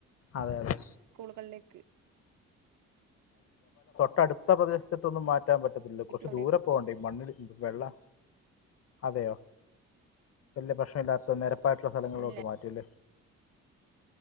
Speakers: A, on the left (about 50°); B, on the right (about 85°).
A: അതെ അതെ
B: സ്കൂളുകളിലക്ക്
A: പ്പ അടുത്ത പ്രദേശ റ്റത്തൊന്നും മാറ്റാൻ പറ്റത്തില്ല കുറച്ച്
B: അവിടെ
A: ദൂരെ പോണ്ടെ മണ്ണില് വെള്ള അതെയോ വലിയ പ്രഷ്‌നല്ലാത്ത നേര പായിട്ട സ്ഥലങ്ങളോ
B: ഇല്ല
A: മാറ്റല്ലേ